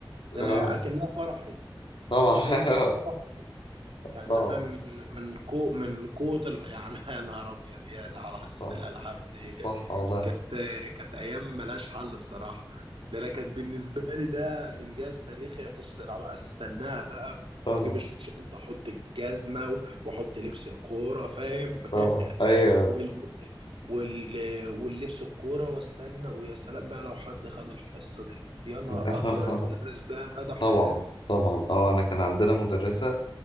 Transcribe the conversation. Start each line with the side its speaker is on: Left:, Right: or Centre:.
Right: ده
Left: اه
Right: انا اكنها فرحي
Left: طبعا
Right: اكن رايح فرحي
Left: <laughs>
Right: يعني
Left: طبعا
Right: انت فاهم من من كو من قوة ال- يعني <laughs> يا نهار ابيض يعني على حصة
Left: صح
Right: الالعاب ديت
Left: صح والله
Right: كانت كانت ايام ملهاش حل بصراحة ده انا كانت بالنسبة لي ده انجاز تاريخي حصة الالعاب استناها بقى
Left: طبعا
Right: واجيب الشنطة احط الجزمة و- واحط لبس الكورة فاهم
Left: طبعا
Right: <laughs>
Left: أيوه
Right: وال وال واللبس الكورة واستنى ويا سلام بقى لو حد خد الحصة دي يا نهار
Left: <laughs>
Right: اكره المدرس ده مدى حياتي
Left: طبعا طبعا اه أنا كان عندنا مدرسة